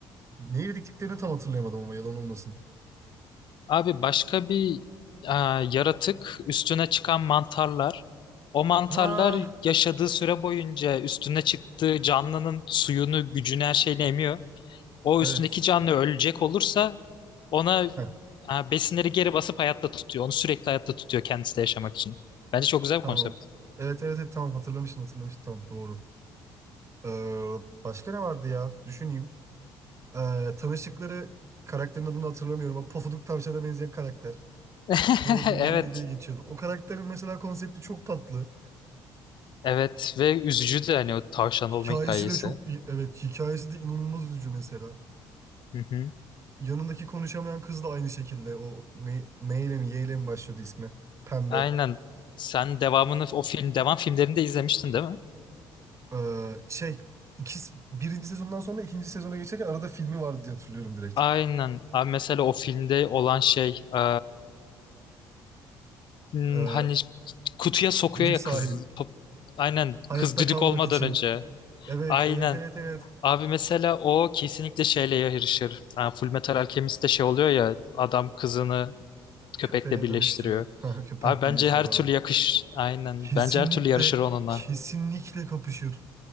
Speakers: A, on the right; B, on the left.
A: Ne dediklerini tam hatırlayamadım ama yalan olmasın.
B: Abi başka bir e, yaratık üstüne çıkan mantarlar. O mantarlar
A: Ha
B: yaşadığı süre boyunca üstüne çıktığı canlının suyunu, gücünü her şeyini emiyor. O
A: evet.
B: üstündeki canlı ölecek olursa Ona
A: Heh,
B: e, besinleri geri basıp hayatta tutuyor. Onu sürekli hayatta tutuyor kendisi de yaşamak için. Bence çok güzel bir
A: tamam.
B: konsept.
A: Evet evet evet tamam hatırlamışım hatırlamışım tamam doğru. Ee, başka ne vardı ya? Düşüneyim. Ee, tanıştıkları karakterin adını hatırlamıyorum ama Pofuduk Tavşan'a benzeyen karakter.
B: <laughs>
A: Ne o bilmem
B: Evet,
A: ne diye geçiyordu. O karakterin mesela konsepti çok tatlı.
B: evet ve üzücü de hani o tavşan olma
A: Hikayesi
B: hikayesi.
A: de çok iyi. Evet, hikayesi de inanılmaz üzücü mesela.
B: Hı hı.
A: Yanındaki konuşamayan kız da aynı şekilde o ne, M ile mi Y ile mi başlıyordu ismi? Pembe.
B: Aynen. Sen devamını o film devam filmlerini de izlemiştin değil mi?
A: Ee, şey ikisi, birinci sezondan sonra ikinci sezona geçerken arada filmi vardı diye hatırlıyorum direkt.
B: Aynen. Abi mesela o filmde olan şey e, m,
A: Ee,
B: hani kutuya sokuyor
A: düdük
B: ya
A: sahibinin.
B: kız. Pop- Aynen
A: Hayatta
B: kız düdük
A: kalmak
B: olmadan
A: için.
B: önce.
A: Evet
B: Aynen.
A: evet evet evet.
B: Abi mesela o kesinlikle şeyle yarışır. Yani Full Metal Alchemist'te şey oluyor ya adam kızını
A: Köpeğe
B: köpekle birleştiriyor.
A: dönüştürüyor. <laughs> Ha, Köpek
B: Abi bence
A: birleştiriyor
B: her
A: pardon.
B: türlü yakış aynen.
A: Kesinlikle
B: Bence her türlü yarışır onunla.
A: kesinlikle kapışır.